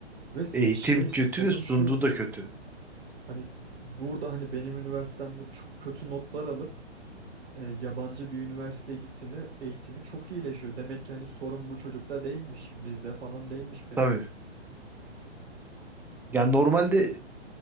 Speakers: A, on the right (about 65°); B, in the centre.
A: ve s-
B: Eğitim
A: şey
B: kötü
A: sorun
B: ve sunduğu
A: şu.
B: da kötü.
A: Hani burada hani benim üniversitemde çok kötü notlar alıp e, yabancı bir üniversiteye gittiğinde eğitimi çok iyileşiyor. Demek ki hani sorun
B: Hı.
A: bu çocukta değilmiş, bizde falan değilmiş pek
B: Tabii.
A: de.
B: Yani normalde